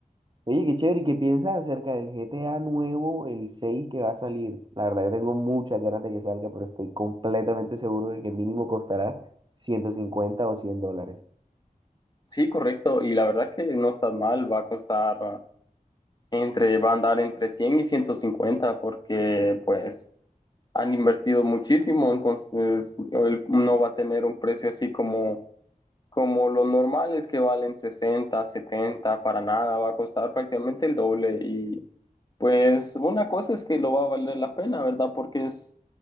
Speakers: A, on the right (about 30°); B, on the left (about 30°).
A: Oye, qué chévere. ¿Y qué piensas acerca del GTA nuevo, el 6 que va a salir? La verdad, yo tengo muchas ganas de que salga, pero estoy completamente seguro de que mínimo costará 150 o 100 dólares.
B: Sí, correcto, y la verdad que no está mal, va a costar ah, entre, va a andar entre cien y ciento cincuenta porque pues han invertido muchísimo, entonces él no va a tener un precio así como, como los normales que valen 60, 70, para nada, va a costar prácticamente el doble y pues una cosa es que lo va a valer la pena, ¿verdad? Porque es